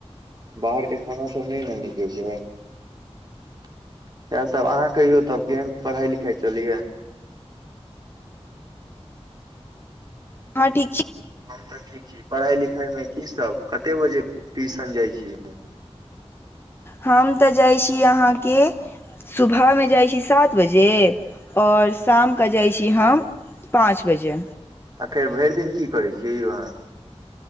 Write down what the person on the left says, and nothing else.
ठीक छै।
हम तऽ जाइत छी अहाँके सुबहमे जाइत छी सात बजे आओर शामके जाइत छी हम पाँच बजे।